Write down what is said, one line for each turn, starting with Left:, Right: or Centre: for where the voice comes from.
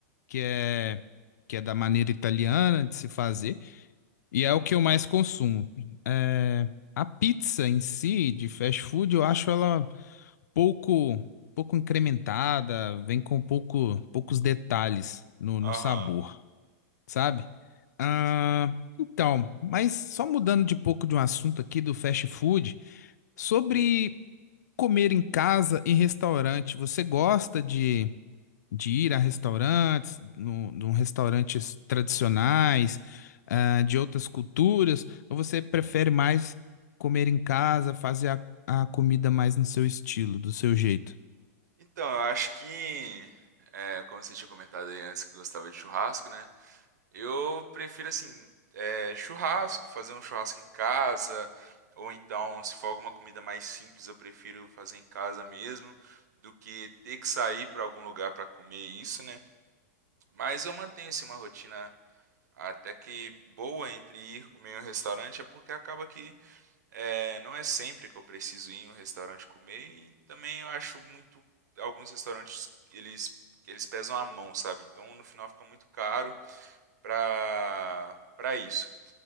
Left: que é que é da maneira italiana de se fazer. E é o que eu mais consumo. É, a pizza em si, de fast food, eu acho ela pouco, pouco incrementada, vem com pouco, poucos detalhes no, no
Right: Aham.
Left: sabor, sabe?
Right: Sim,
Left: Ah,
Right: sim.
Left: então, mas só mudando de pouco de um assunto aqui do fast food, sobre comer em casa e restaurante, você gosta de de ir a restaurantes, no, no restaurantes tradicionais, ah, de outras culturas, ou você prefere mais comer em casa, fazer a, a comida mais no seu estilo, do seu jeito?
Right: Então, eu acho que, é, como você tinha comentado aí antes que gostava de churrasco, né? Eu prefiro assim, é, churrasco, fazer um churrasco em casa, ou então, se for alguma comida mais simples, eu prefiro fazer em casa mesmo, do que ter que sair para algum lugar para comer isso, né? Mas eu mantenho assim uma rotina até que boa entre ir comer em um restaurante, é porque acaba que é, não é sempre que eu preciso ir em um restaurante comer, e também eu acho muito alguns restaurantes eles eles pesam a mão, sabe? Então no final fica muito caro para para isso.